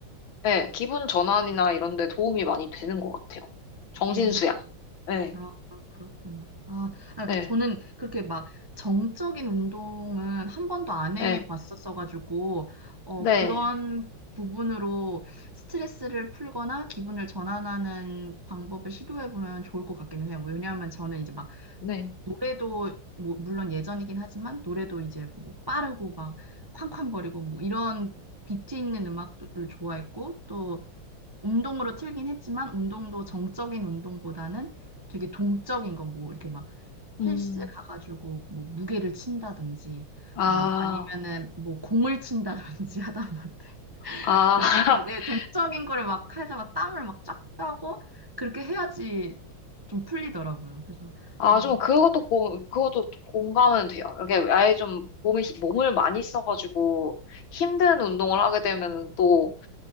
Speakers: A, on the left; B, on the right.
A: 예 기분 전환이나 이런 데 도움이 많이 되는 것 같아요. 정신
B: 음,
A: 수양. 네,
B: 아, 아, 그렇구나. 아, 아,
A: 네,
B: 저는 그렇게 막 정적인 운동은 한 번도 안
A: 네,
B: 해봤었어가지고, 어,
A: 네,
B: 그런 부분으로 스트레스를 풀거나 기분을 전환하는 방법을 시도해보면 좋을 것 같기는 해요. 왜냐하면 저는 이제 막
A: 네.
B: 노래도 뭐 물론 예전이긴 하지만 노래도 이제 뭐 빠르고 막 쾅쾅거리고 뭐 이런 비트 있는 음악을 좋아했고 또 운동으로 틀긴 했지만 운동도 정적인 운동보다는 되게 동적인 거 뭐 이렇게 막
A: 음.
B: 헬스 가가지고 뭐 무게를 친다든지
A: 아,
B: 뭐 아니면은 뭐 공을 친다든지 <laughs> 하다못해
A: 아.
B: 그렇게 좀 내
A: <laughs>
B: 동적인 거를 막 해서 막 땀을 막 쫙 빼고 그렇게 해야지 좀 풀리더라고요. 그래서
A: 아,
B: 아,
A: 좀 그것도 고, 그것도 공감은 돼요. 이렇게 아예 좀 몸이, 몸을 많이 써가지고 힘든 운동을 하게 되면은 또,